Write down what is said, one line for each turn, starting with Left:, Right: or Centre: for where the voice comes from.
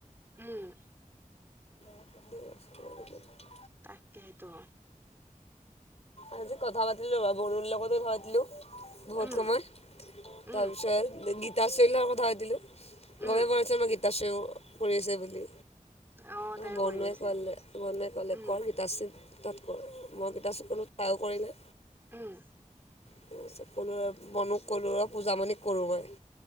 Right: উম,
Left: <unintelligible>
Right: তাকে টো।
Left: আজি কথা পাতিলো বাৰু বৰুন লগতো পাতিলো। বহুত
Right: উম
Left: সময়
Right: উম
Left: তাৰপিছত গীতাশ্ৰী লগত কথা পাতিলো গমেই
Right: উম
Left: পোৱা নাছিলো মই গীত গীতাশ্ৰীও কৰি আছে বুলি
Right: অ',
Left: আৰু
Right: তাই
Left: বৰুনে
Right: কৰি আছে।
Left: কলে বৰুনে ক'লে
Right: উম,
Left: কৰ গীত গীতাশ্ৰী তাত কৰে মই গীতাশ্ৰী কলো তাইয়ো কৰিলে।
Right: উম,
Left: <unintelligible> বনোক কলো আৰু পূজামণিক কৰো মই,